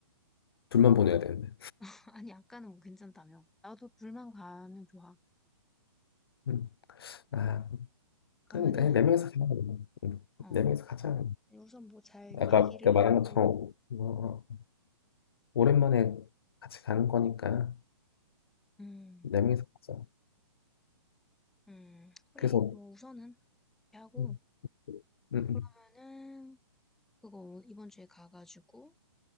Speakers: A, on the left; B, in the centre.
A: 둘만 보내야 되는데.
B: <laughs> 아니, 아까는 뭐 괜찮다며. 나도 둘만 가면 좋아.
A: 음. 아,
B: 그러면은,
A: 그럼 네, 네 명이서 가자. 그 음,
B: 어,
A: 네 명이서 가자.
B: 우선 뭐 잘
A: 아까
B: 얘기를
A: 내가 말한
B: 해보고,
A: 것처럼, 어, 오랜만에 같이 가는 거니까,
B: 음,
A: 네 명이서 가자.
B: 음, 그래.
A: 그래서,
B: 뭐 우선은, 이렇게 하고,
A: 음, 음, 음,
B: 그러면은, 그거 이번 주에 가가지고